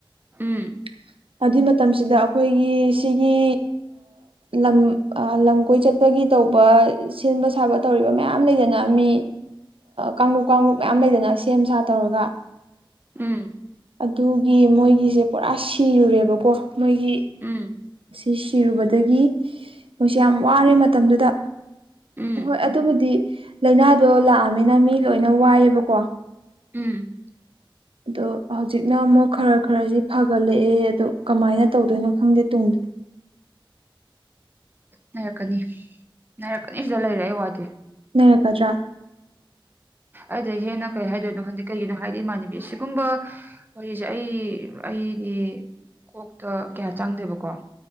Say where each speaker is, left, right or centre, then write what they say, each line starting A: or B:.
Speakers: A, on the right; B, on the right.
A: ꯎꯝ
B: <inaudible> ꯑꯗꯨꯏ ꯃꯇꯝꯁꯤꯗ ꯑꯩꯈꯣꯏꯒꯤ ꯁꯤꯒꯤ ꯂꯝ ꯂꯝ ꯀꯣꯏ ꯆꯠꯄꯒꯤ ꯇꯧꯕ ꯁꯦꯝꯕ ꯁꯥꯕ ꯇꯧꯔꯤꯕ ꯃꯌꯥꯝ ꯂꯩꯗꯅ ꯃꯤ ꯀꯥꯡꯂꯨꯞ ꯀꯥꯡꯂꯨꯞ ꯃꯌꯥꯝ ꯂꯩꯗꯅ ꯁꯦꯝ ꯁꯥ ꯇꯧꯔꯒ
A: ꯎꯝ
B: ꯑꯗꯨꯒꯤ ꯃꯣꯏꯒꯤꯁꯦ ꯄꯨꯔꯥ ꯁꯤꯔꯨꯔꯦꯕꯀꯣ ꯃꯣꯏꯒꯤ
A: ꯎꯝ
B: ꯑꯁꯤ ꯁꯤꯔꯨꯕꯗꯒꯤ ꯃꯣꯏꯁꯤ ꯌꯥꯝ ꯋꯥꯔꯦ ꯃꯇꯝꯗꯨꯗ
A: ꯎꯝ
B: ꯍꯣꯏ ꯑꯗꯨꯕꯨꯗꯤ ꯂꯥꯏꯅꯥꯗꯣ ꯂꯥꯛꯑꯃꯤꯅ ꯃꯤ ꯂꯣꯏꯅ ꯋꯥꯏꯑꯦꯕꯀꯣ
A: ꯎꯝ
B: ꯑꯗꯣ ꯍꯧꯖꯤꯛꯅ ꯑꯃꯨꯛ ꯈꯔ ꯈꯔꯁꯤ ꯐꯒꯠꯂꯛꯑꯦ ꯑꯗꯣ ꯀꯃꯥꯏꯅ ꯇꯧꯗꯣꯏꯅꯣ ꯈꯪꯗꯦ ꯇꯨꯡꯗꯗꯤ <inaudible>
A: ꯅꯥꯔꯛꯀꯅꯤ ꯅꯥꯏꯔꯛꯀꯅꯤ ꯁꯤꯗ ꯂꯩꯔꯛ ꯑꯩ ꯋꯥꯗꯤꯦ
B: ꯂꯩꯔꯛꯀꯗ꯭ꯔꯥ
A: ꯑꯩꯗ ꯍꯦꯟꯅ ꯀꯩ ꯍꯥꯏꯗꯣꯏꯅꯣ ꯈꯪꯗꯤ ꯀꯩꯒꯤꯅꯣ ꯍꯥꯏꯗꯤ ꯏꯃꯥꯟꯅꯕꯤ ꯁꯤꯒꯨꯝꯕ ꯋꯥꯔꯤꯁꯦ ꯑꯩ ꯑꯩ ꯑꯩꯗꯤ ꯀꯣꯛꯇ ꯀꯌꯥ ꯆꯪꯗꯦꯕꯀꯣ